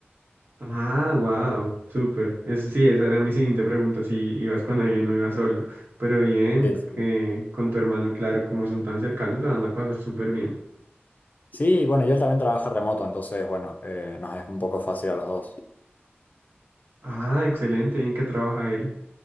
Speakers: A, on the right (about 60°); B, on the left (about 40°).
A: Ah, wow, súper. Eso sí, esa era mi siguiente pregunta, si ibas con alguien o ibas solo. Pero bien,
B: Sí, sí.
A: que con tu hermano, claro, como son tan cercanos, la van a pasar súper bien.
B: Sí, bueno, y él también trabaja remoto, entonces, bueno, eh, nos es un poco fácil a los dos.
A: Ah, excelente, ¿y en qué trabaja él?